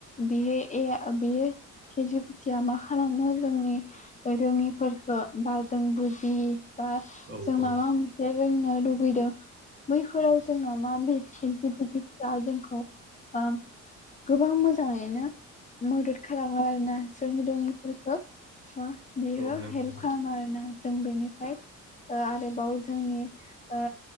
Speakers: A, on the left; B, on the right.
A: बे ए बेयो सेट जि पि टिआ मा खालामो जोंनि रोङिफोरखौ बा जों बुजि बा जों
B: औ औ
A: माबा मोन से रोंनो लुगैदों बैफोराव जोंना मा बे सेट जि फि टि फोरा जोंखौ ओ गोबां मोजाङैनो मदद खालामो आरोना जों रोङिफोरखौ बेयो
B: औ नंगौ
A: हेल्प
B: नोंथां
A: खालामो आरो ना जों बेनिफ्राय ओ आरोबाव जोंनि ओ